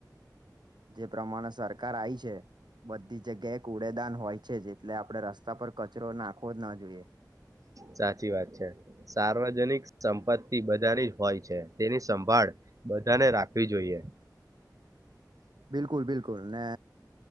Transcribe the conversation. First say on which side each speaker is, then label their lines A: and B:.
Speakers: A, on the right; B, on the right.
A: જે પ્રમાણે સરકાર આવી છે, બધી જગ્યાએ એક ઉડેદાન હોય. છે જ, એટલે આપડણે રસ્તા પર કચરો નાખવો જ ના જોઈએ.
B: સાચી વાત છે, સાર્વજનિક સંપત્તિ બધાની જ હોય છે તેની સંભાળ બધાને રાખવી જોઈએ. <inaudible>
A: બિલકુલ બિલકુલ ને,